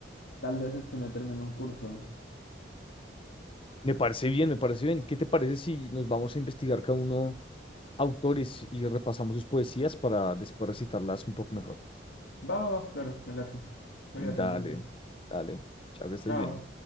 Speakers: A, on the left; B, on the left.
A: Tal vez este meterme en un curso.
B: Me parece bien, me parece bien. ¿Qué te parece si nos vamos a investigar cada uno autores y repasamos sus poesías para después recitarlas un poco mejor?
A: Va, va, va, claro, me late. Cuídate
B: Dale,
A: entonces.
B: dale. Chao, que estés
A: Chao.
B: bien.